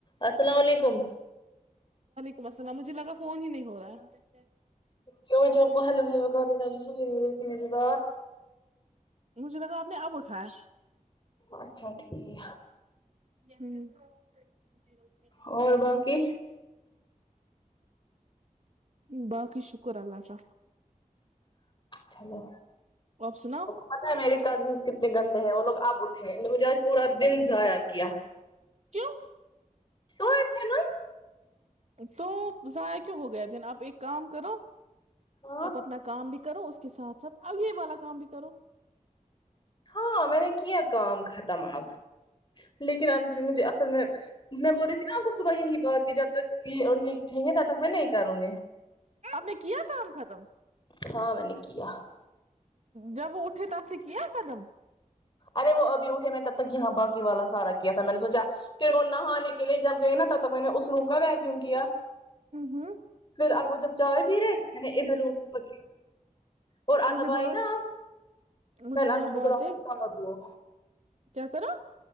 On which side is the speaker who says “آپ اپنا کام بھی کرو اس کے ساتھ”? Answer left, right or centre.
Right